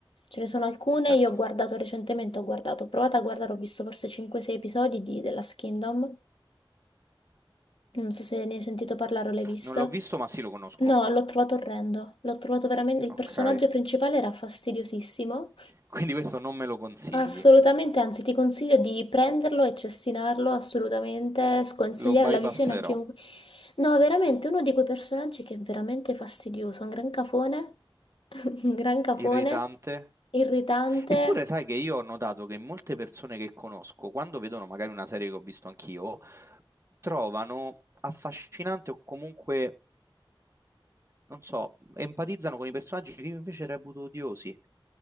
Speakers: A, on the left; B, on the right.
A: Ce ne sono alcune,
B: Certo,
A: io ho guardato recentemente, ho guardato, ho provato a guardare, ho visto forse 5-6 episodi di The Last Kingdom, non so se ne hai sentito parlare o l'hai visto.
B: non l'ho visto, ma sì, lo conosco.
A: No, l'ho trovato orrendo, l'ho trovato veramente, il
B: Ok.
A: personaggio principale era fastidiosissimo
B: Quindi questo non me lo consigli,
A: Assolutamente, anzi ti consiglio di prenderlo e cestinarlo, assolutamente, sconsigliare
B: lo bypasserò.
A: la visione a chiunque. No, veramente, uno di quei personaggi che è veramente fastidioso, un gran cafone, <laughs> un gran cafone,
B: Irritante.
A: irritante.
B: Eppure sai che io ho notato che molte persone che conosco, quando vedono magari una serie che ho visto anch'io, trovano affascinante o comunque, non so, empatizzano con i personaggi che io invece reputo odiosi.